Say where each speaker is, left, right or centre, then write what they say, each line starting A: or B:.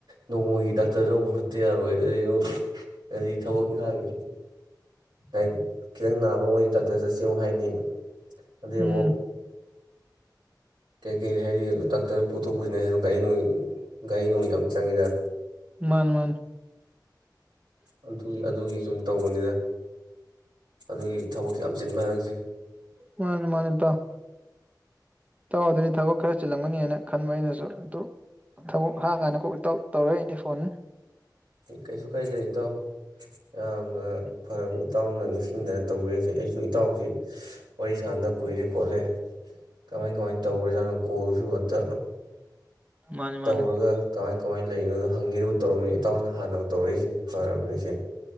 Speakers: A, on the right (about 85°); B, on the right (about 20°).
A: ꯅꯣꯡꯃꯒꯤ ꯗꯥꯛꯇꯔꯗ ꯄꯨꯈꯠꯇꯥ ꯌꯥꯔ‌ꯣꯏ ꯑꯗꯨꯒꯤ ꯍꯥꯏꯗꯤ ꯊꯕꯛ ꯏꯪꯈꯥꯡꯒꯤ ꯍꯥꯏ ꯈꯤꯇꯪ ꯅꯥꯕ ꯃꯣꯏꯗꯤ ꯗꯥꯛꯇꯔ ꯆꯠꯁ‌ꯦꯃꯨꯛ ꯍꯥꯏꯅꯤ ꯑꯗꯩ
B: ꯎꯝ
A: ꯑꯃꯨꯛ ꯀꯗꯒꯤꯩ ꯍꯥꯏꯦꯗꯤ ꯗ ꯗꯣꯛꯇꯔ ꯄꯨꯊꯣꯛ ꯄꯨꯁꯤꯅꯦ ꯍꯥꯏꯁꯤ ꯒꯥꯔꯤ ꯅꯣꯡꯩ ꯒꯥꯔꯤ ꯅꯣꯡꯩ ꯌꯥꯝ ꯆꯪꯉꯤꯗ
B: ꯃꯥꯅꯤ ꯃꯥꯅꯤ
A: ꯑꯗꯨꯒꯤ ꯑꯗꯨꯒꯤ ꯁꯨꯝ ꯇꯧꯕꯅꯤꯅ ꯑꯗꯨꯒꯤ ꯊꯕꯛꯁ ꯌꯥꯝ ꯆꯤꯤꯟꯕ ꯍꯥꯏꯔꯛꯁꯤ
B: ꯃꯥꯅꯤ ꯃꯥꯅꯤ ꯇꯥꯎ ꯇꯥꯎ ꯑꯗꯨꯅꯤ ꯊꯕꯛ ꯈꯔ ꯆꯤꯜꯂꯝꯒꯅꯤꯅ ꯈꯟꯕ ꯑꯩꯅꯁꯨ ꯑꯗꯨ ꯊꯕꯛ ꯍꯥꯡ ꯀꯥꯟꯗ ꯀꯣꯛ ꯇꯧꯔꯛꯏꯅꯦ ꯐꯣꯟꯅꯤ
A: ꯀꯩꯁꯨ ꯀꯥꯏꯖꯔ ꯏꯇꯣ ꯌꯥꯝꯅ ꯐꯝꯃꯤ ꯏꯇꯥꯎꯅ ꯅꯤꯡꯁꯤꯡꯗꯅ ꯇꯧꯕꯤꯔꯁꯦ ꯑꯩꯁꯨ ꯏꯇꯥꯎꯁꯤ ꯋꯥꯔꯤ ꯁꯥꯟꯅꯗ ꯀꯨꯏꯔꯦ ꯈꯣꯠꯂꯦ ꯀꯃꯥꯏ ꯀꯃꯥꯏꯅ ꯇꯧꯈ꯭ꯔꯥꯖꯥꯠꯅꯣ ꯀꯣꯜꯁꯨ ꯑꯝꯇ
B: ꯃꯥꯅꯤ ꯃꯥꯅꯤ
A: ꯇꯧꯔꯒ ꯀꯃꯥꯏꯧ ꯀꯃꯥꯏꯅ ꯂꯩꯔꯤꯅꯣꯗꯣ ꯍꯪꯒꯤꯨ ꯇꯧꯔꯃꯤꯅꯤꯅ ꯏꯇꯥꯎꯅ ꯍꯥꯟꯅ ꯇꯧꯔꯛꯏꯁꯤꯅꯦ ꯐꯔꯕꯅꯤ ꯁꯤꯦ